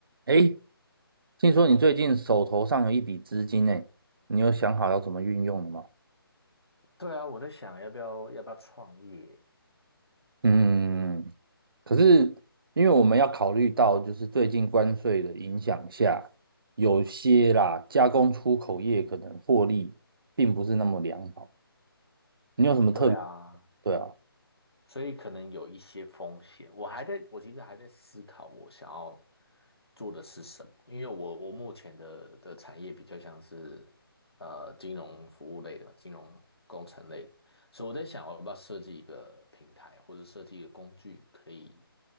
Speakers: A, on the right; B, on the left.
A: 诶，听说你最近手头上有一笔资金呢，你有想好要怎么运用了吗？
B: 对啊，我在想要不要要不要创业？
A: 嗯，可是因为我们要考虑到，就是最近关税的影响下，有些啦加工出口业可能获利并不是那么良好。你有什么特别？
B: 对啊，
A: 对啊，
B: 所以可能有一些风险。我还在，我其实还在思考我想要做的是什么，因为我我目前的的产业比较像是呃金融服务类的吧，金融工程类的，所以我在想我要不要设计一个平台或者设计一个工具，可以